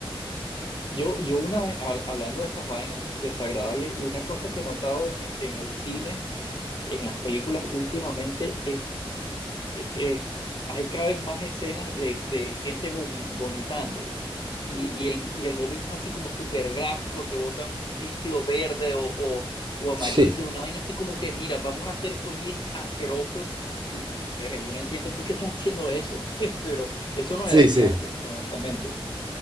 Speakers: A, on the left; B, on the right.
A: Yo, yo una, hab- hablando de esas vainas desagradables, una cosa que he notado en, en el cine, en las películas últimamente, es, e, es- hay cada vez más escenas de, de gente vomi- vomitando. Y, y el, y el vómito es así como súper gráfico, que botan un líquido verde o, o, o amarillo,
B: Sí,
A: una vaina así como que, mira, vamos a hacer esto bien asqueroso. Y, verga, yo no entiendo por qué están haciendo eso, <laughs> pero eso no
B: sí,
A: era así
B: sí.
A: antes, honestamente.